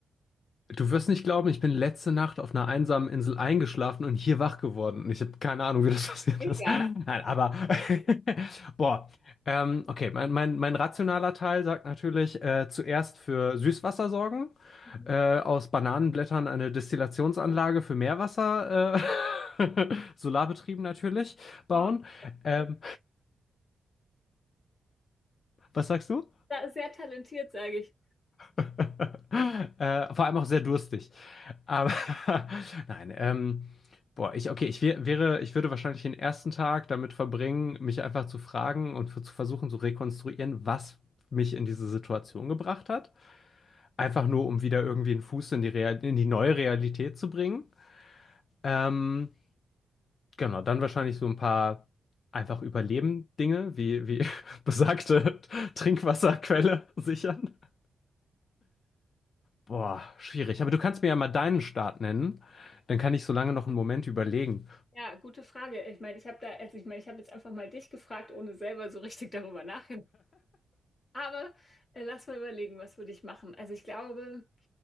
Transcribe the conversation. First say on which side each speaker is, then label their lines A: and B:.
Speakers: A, on the left (about 45°); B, on the left (about 25°).
A: Du wirst nicht glauben, ich bin letzte Nacht auf einer einsamen Insel eingeschlafen und hier wach geworden. Und ich habe keine Ahnung, wie das <laughs> passiert
B: Mega.
A: ist. Nein, aber <laughs> boah. Ähm, okay, mein, mein, mein rationaler Teil sagt natürlich, äh, zuerst für Süßwasser sorgen,
B: Mhm.
A: äh, aus Bananenblättern eine Destillationsanlage für Meerwasser, äh, <laughs> solarbetrieben natürlich, bauen.
B: Wow. du
A: Ähm,
B: bist
A: was sagst du?
B: Da- Sehr talentiert, sage ich.
A: <laughs> äh, vor allem auch sehr durstig. Aber <laughs> nein, ähm, boah, ich, okay, ich wär, wäre, ich würde wahrscheinlich den ersten Tag damit verbringen, mich einfach zu fragen und für, zu versuchen zu rekonstruieren, was mich in diese Situation gebracht hat. Einfach nur, um wieder irgendwie einen Fuß in die, Real in die neue Realität zu bringen. Ähm, genau, dann wahrscheinlich so ein paar einfach Überleben-Dinge, wie, wie <laughs> besagte Trinkwasserquelle sichern. Boah, schwierig. Aber du kannst mir ja mal deinen Start nennen. Dann kann ich so lange noch einen Moment überlegen.
B: Ja, gute Frage. Ich meine, ich habe da, also ich meine, ich habe jetzt einfach mal dich gefragt, ohne selber so <laughs> richtig darüber nachgedacht. Aber äh, lass mal überlegen, was würde ich machen? Also ich glaube,